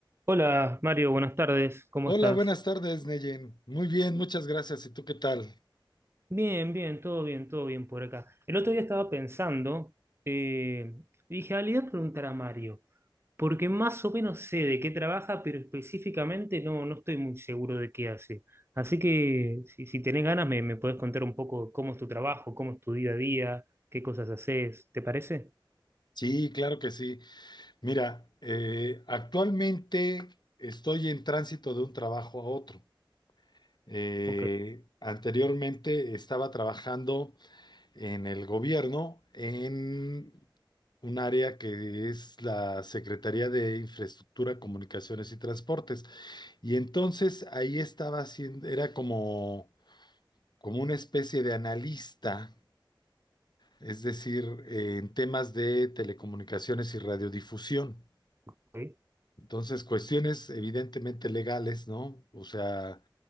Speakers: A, on the right; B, on the left.
A: Hola Mario, buenas tardes, ¿cómo
B: Hola,
A: estás?
B: buenas tardes, Neyen. Muy bien, muchas gracias. ¿Y tú qué tal?
A: Bien, bien, todo bien, todo bien por acá. El otro día estaba pensando, eh, dije, ah, le voy a preguntar a Mario, porque más o menos sé de qué trabaja, pero específicamente no, no estoy muy seguro de qué hace. Así que si, si tenés ganas, me, me podés contar un poco cómo es tu trabajo, cómo es tu día a día, qué cosas haces, ¿te parece?
B: Sí, claro que sí. Mira, eh, actualmente estoy en tránsito de un trabajo a otro. Eh,
A: Ok,
B: anteriormente estaba trabajando en el gobierno en un área que es la Secretaría de Infraestructura, Comunicaciones y Transportes. Y entonces ahí estaba haciendo, era como, como una especie de analista es decir, eh, en temas de telecomunicaciones y radiodifusión.
A: ok.
B: Entonces, cuestiones evidentemente legales, ¿no? O sea,